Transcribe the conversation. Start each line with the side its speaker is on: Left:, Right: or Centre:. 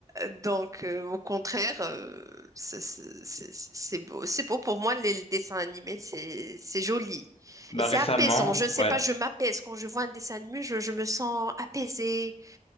Right: Donc, euh, au contraire, euh, c'est c'est- c'est- c'est beau. C'est beau pour moi, les, les dessins animés, c'est c'est joli.
Left: Bah,
Right: Et c'est
Left: récemment,
Right: apaisant. Je ne sais
Left: ouais,
Right: pas, je m'apaise. Quand je vois un dessin animé, je, je me sens apaisée.